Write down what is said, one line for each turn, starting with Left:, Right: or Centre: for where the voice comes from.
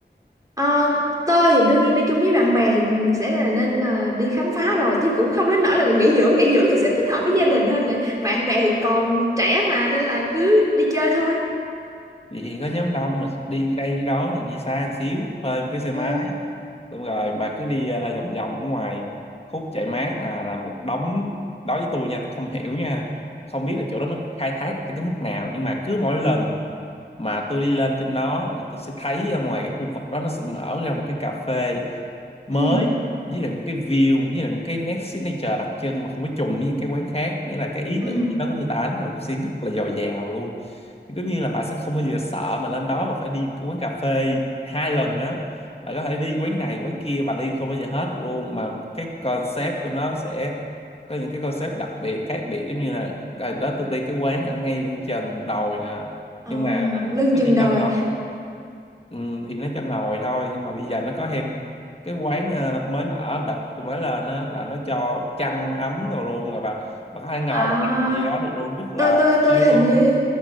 Right: ờ, tôi thì đương nhiên đi chung với bạn bè thì sẽ là nên là đi khám phá rồi chứ cũng không đến nỗi là nghỉ dưỡng nghỉ dưỡng thì sẽ thích hợp với gia đình hơn nha bạn bè thì còn trẻ mà nên là cứ đi chơi thôi
Left: vậy thì có nhóm đông mà đi đây đi đó thì đi xa một xíu thuê một cái xe máy
Right: ừ
Left: xong rồi mà cứ đi ờ, vòng vòng ở ngoài khúc chạy mát là là một đống đối với tôi nha tôi không hiểu nha không biết là chỗ đó nó khai thác được tới cái mức nào nhưng mà cứ mỗi lần mà tôi đi lên trên đó là tôi sẽ thấy ở ngoài cái khu vực đó nó sẽ mở ra một cái cà phê mới
Right: ừ
Left: với lại một cái view với lại một cái nét signature đặc trưng mà không có trùng với những cái quán khác nghĩa là cái ý
Right: ừ
Left: tưởng đó của người ta nó cũng sẽ rất là giàu giàu luôn thì tất nhiên là bà sẽ không bao giờ sợ mà lên đó mà phải đi một cái quán cà phê hai lần á bà có thể đi quán này quán kia bà đi không bao giờ hết được luôn mà cái concept của nó sẽ có những cái concept đặc biệt khác biệt giống như là à, đó tôi đi cái quán ở ngay lưng chừng đồi nè
Right: ờ
Left: nhưng mà là
Right: lưng
Left: nó
Right: chừng
Left: chỉ
Right: đời
Left: cho ngồi ừ, thì nó cho ngồi thôi nhưng mà bây giờ nó có thêm cái quán ờ, mới mở đặt tôi mới lên á là nó cho chăn ấm rồi luôn rồi bà bà có thể ngồi
Right: à
Left: bà đặt gì đó được luôn rất là
Right: tôi tôi
Left: chill
Right: tôi hình
Left: luôn
Right: như